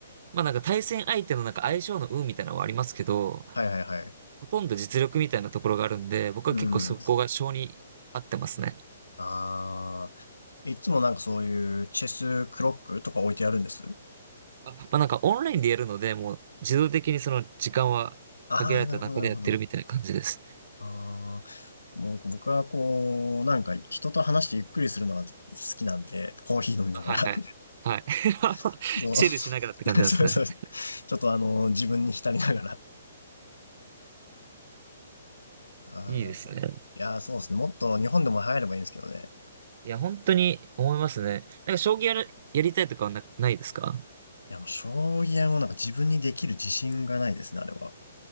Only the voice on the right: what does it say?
まあなんか対戦相手のなんか相性の運みたいなのはありますけど、
ほとんど実力みたいなところがあるんで、僕は結構そこが性に合ってますね。
あ、まあなんかオンラインでやるので、もう自動的にその時間は限られた中でやってるみたいな感じです。
あはいはい。はい。<laughs>
チルしながらって感じなんですね。
いいですね。
いや、本当に思いますね。なんか、将棋やる、やりたいとかはな、ないですか